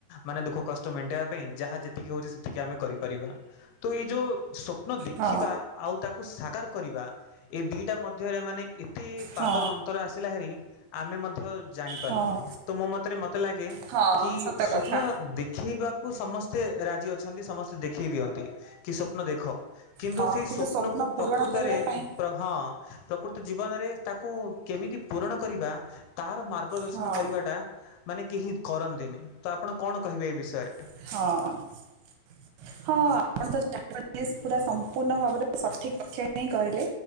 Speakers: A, on the left; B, on the right.
A: ମାନେ ଦୁଃଖ କଷ୍ଟ ମେଣ୍ଟିବା ପାଇଁ ଯାହା ଯେତିକି ହଉଛି ଏତିକି ଆମେ କରିପାରିବା। ତ ଏଇ ଯୋଉ ସ୍ୱପ୍ନ ଦେଖିବା
B: ହଁ
A: ଆଉ ତାକୁ ସାକାର କରିବା ଏ ଦିଟା ମଧ୍ୟରେ ମାନେ ଏତେ
B: ହଁ
A: ପାତର ଅନ୍ତର ଆସିଲା ହେରି ଆମେ ମଧ୍ୟ ଜାଣି
B: ହଁ
A: ତ ମୋ ମତରେ ମତେ ଲାଗେ
B: ହଁ
A: କି
B: ସତ
A: ସ୍ଵପ୍ନ
B: କଥା
A: ଦେଖେଇବା କୁ ସମସ୍ତେ ରାଜି ଅଛନ୍ତି ସମସ୍ତେ ଦେଖେଇ ଦିଅନ୍ତି କି ସ୍ଵପ୍ନ ଦେଖ କିନ୍ତୁ
B: ହଁ
A: ସେଇ ସ୍ୱପ୍ନକୁ
B: ସ୍ୱପ୍ନ ପୂରଣ
A: ପ୍ରକୃତରେ
B: କରିବା ପାଇଁ
A: ପ୍ର ହଁ ପ୍ରକୃତ ଜୀବନରେ ତାକୁ କେମିତି ପୂରଣ କରିବା ତାହାର ମା ମାର୍ଗଦର୍ଶନ
B: ହଁ
A: କରିବାଟା ମାନେ କେହି କରନ୍ତିନି। ତ ଆପଣ କଣ କହିବେ ଏ ବିଷୟରେ?
B: ହଁ। ହଁ ଆପଣ ତ ଯ ପୁରା ସମ୍ପୂର୍ଣ୍ଣ ଭାବରେ ସଠିକ ତଥ୍ୟ ହିଁ କହିଲେ।